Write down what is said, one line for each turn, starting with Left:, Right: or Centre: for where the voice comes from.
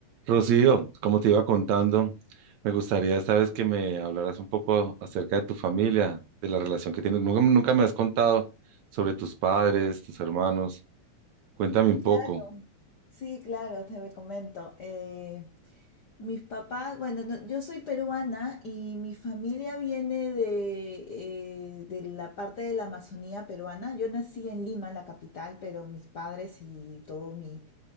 Right: Rocío, como te iba contando, me gustaría esta vez que me hablaras un poco acerca de tu familia, de la relación que tienes. Nunca, nunca me has contado sobre tus padres, tus hermanos. Cuéntame un
Left: Claro,
Right: poco.
Left: sí, claro, te comento. eh, mis papás, bueno, no- yo soy peruana y mi familia viene de, eh, de la parte de la Amazonía peruana. Yo nací en Lima, la capital, pero mis padres y todo mi,